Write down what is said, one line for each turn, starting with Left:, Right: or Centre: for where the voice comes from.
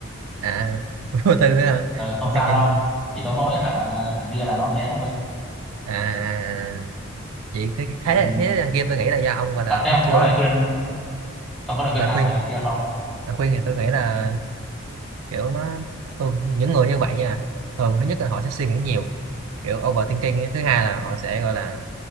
Right: à vô tư á hả?
Centre: ờ không
Right: cái
Centre: sao
Right: chuyện
Centre: đâu chỉ có mỗi hả thằng kia là nó thế thôi
Right: à vậy thế thế
Centre: ừ
Right: thế đằng kia tôi nghĩ là do ông gọi là
Centre: à,
Right: ông
Centre: thế ông
Right: chưa
Centre: có lời khuyên ông có lời
Right: là
Centre: khuyên nào
Right: khuyên
Centre: về thằng kia không
Right: là khuyên thì tôi nghĩ là kiểu nó tôi những người như vậy nha thường thứ nhất là họ sẽ suy nghĩ nhiều kiểu overthinking ấy. thứ hai là họ sẽ gọi là